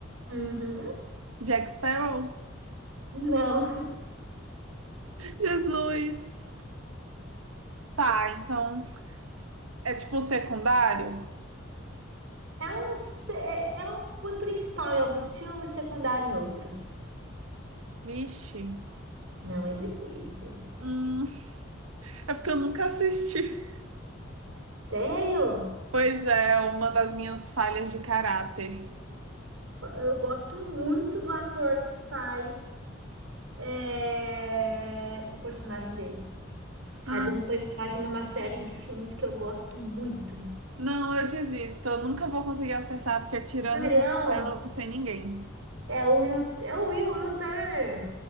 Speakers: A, on the right (about 65°); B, on the right (about 85°).
A: Uhum.
B: Jack Sparrow?
A: <laughs> Não.
B: Jesus. Tá, então é tipo secundário?
A: É um, se- é um apoio principal em alguns filmes, secundário em outros.
B: Vixe.
A: Não é difícil.
B: Hum, é porque eu nunca assisti.
A: Sério?
B: Pois é, uma das minhas falhas de caráter.
A: Eu gosto muito do ator que faz é, O personagem dele. Faz
B: Ah,
A: um personagem numa série de filmes que eu gosto muito.
B: não, eu desisto. Eu nunca vou conseguir acertar, porque tirando
A: Sério?
B: o Jack Sparrow, eu não sei ninguém.
A: É o Will, é o Will, Will Turner.